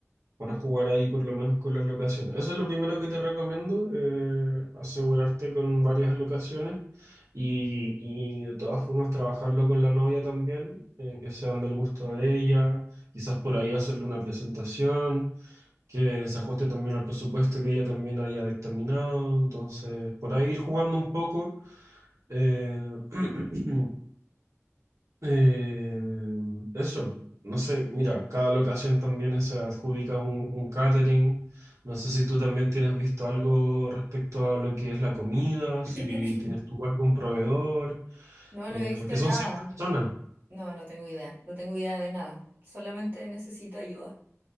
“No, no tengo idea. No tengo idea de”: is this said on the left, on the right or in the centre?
Right